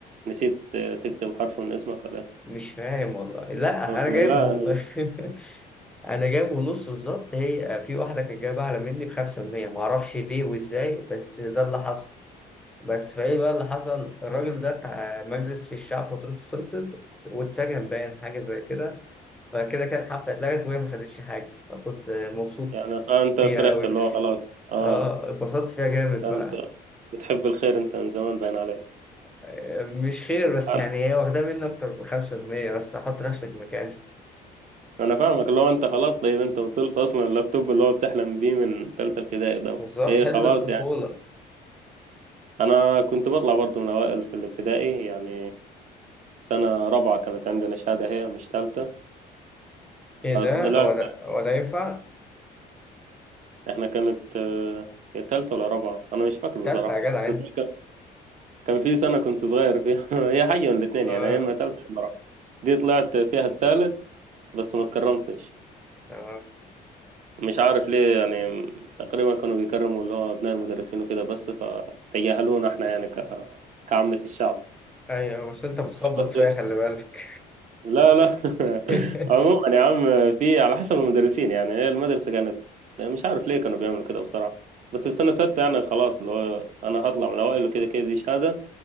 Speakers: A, on the right; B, in the centre.
A: نسيت آه، تكتب حرف من اسمك ولا ايه
B: مش فاهم والله لا
A: اصل
B: أنا جايبه
A: لا يعني
B: <laughs> أنا جايبه نص بالظبط هي في واحدة كانت جايبة أعلى مني بخمسة من مية معرفش ليه وإزاي بس ده اللي حصل بس فإيه بقى اللي حصل الراجل ده بتاع مجلس الشعب فترته خلصت واتسجن باين حاجة زي كده فكده كانت الحفلة اتلغت وهي ما خدتش حاجة فكنت مبسوط
A: يعني فانت
B: فيها
A: فرحت
B: أوي
A: اللي هو خلاص اه
B: اه اتبسطت فيها جامد
A: انت
B: بقى
A: بتحب الخير انت من زمان باين عليك
B: آه، مش خير بس
A: انا
B: يعني هي واخدة مني أكتر بخمسة جنيه بس حط نفسك مكاني
A: أنا فاهمك اللي هو انت خلاص طيب انت وصلت اصلا اللابتوب اللي هو بتحلم بيه من ثالثه ابتدائي ده
B: بالظبط
A: ايه
B: حلم
A: خلاص
B: الطفولة
A: انا كنت بطلع برضو من اوائل في الابتدائي يعني سنة رابعة كانت عندنا شهادة هي مش تالتة
B: إيه ده
A: طلعت
B: ولا ولا ينفع
A: احنا كانت آه، يا تالتة ولا رابعة انا مش فاكر
B: تالتة
A: بصراحة
B: يا جدع أنت
A: بس كان كان في سنة كنت صغير فيها <laughs> هي حاجة من الاتنين
B: اه
A: يعني يا اما تالتة يا اما رابعة دي طلعت فيها التالت بس ما اتكرمتش
B: اه
A: مش عارف ليه يعني تقريبا كانوا بيكرموا اللي هو ابناء المدرسين وكده بس فتجاهلونا احنا يعني ك... كعامة الشعب
B: أيوه بس أنت بتخبط
A: بس
B: فيها خلي بالك
A: لا لا <laughs>
B: <laughs>
A: عموما يا عم في على حسب المدرسين يعني هي المدرسة كانت مش عارف ليه كانوا بيعملوا كده بصراحة بس في سنة ستة يعني خلاص اللي هو أنا هطلع من الأوائل وكده كده دي شهادة